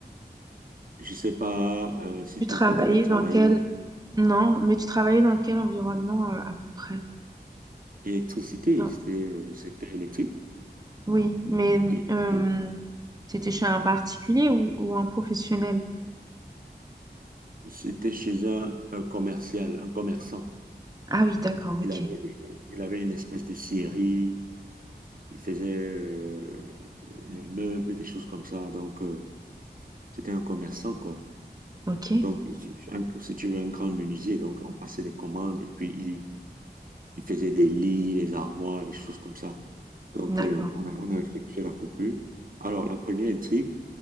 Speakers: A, on the right; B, on the right.
A: je sais pas euh, si
B: Tu travaillais
A: toi, tu as déjà travaillé
B: dans quel... Non, mais tu travaillais dans quel environnement euh, à peu près?
A: électricité,
B: Non.
A: c'est euh, secteur électrique.
B: Oui, mais
A: Et,
B: euh,
A: et
B: c'était chez un particulier ou, ou un professionnel?
A: c'était chez un, un commercial, un commerçant.
B: Ah oui, d'accord,
A: Il
B: ok,
A: avait, une- il avait une espèce de scierie, il faisait euh, les meubles, des choses comme ça. Donc, euh, c'était un commerçant, quoi.
B: ok,
A: Donc, il- un- si tu veux, un grand menuisier. Donc, on passait des commandes et puis il, il faisait des lits, des armoires, des choses comme ça. Donc,
B: d'accord,
A: euh, on a, on a effectué la coupure. Alors, la première intrigue,